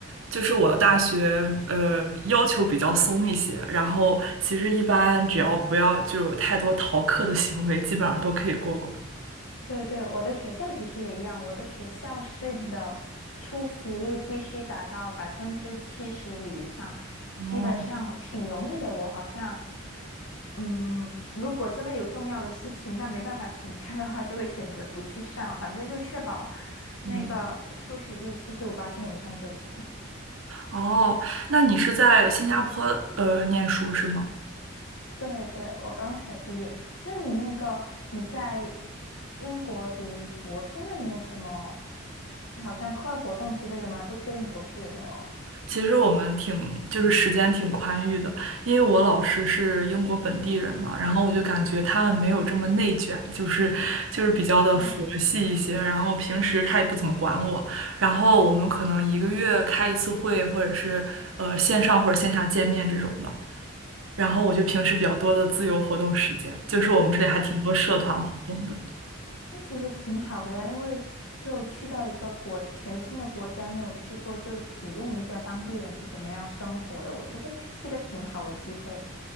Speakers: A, on the right; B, on the left.
A: 就是我的大学呃要求比较松一些，然后其实一般只要不要就有太多逃课的行为，基本上都可以过关。
B: 对对，我的学校其实也一样，我的学校是你的出席率必须达到百分之七十五以上，
A: 哦，
B: 基本上挺容易的。我好像，嗯，如果真的有重要的事情，但没办法请假的话，就会选择不去上，反正就确保
A: 嗯，
B: 那个出席率七十五八线以上就行。
A: 哦，那你是在新加坡呃念书是吗？
B: 对对，我刚才毕业。那你那个你在英国读博士，那你有什么好像课外活动之类的吗？不确定博士有没有啊。
A: 其实我们挺就是时间挺宽裕的，因为我老师是英国本地人嘛，然后我就感觉他们没有这么内卷，就是就是比较的佛系一些，
B: 哦，
A: 然后平时他也不怎么管我，然后我们可能一个月开一次会，或者是呃线上或者线下见面这种的，然后我就平时比较多的自由活动时间，就是我们这里还挺多社团活动的。
B: 那对，那其实挺好的呀，因为就去到一个国全新的国家没有去过，就体验一下当地人是怎么样生活的，我觉得是个挺好的机会。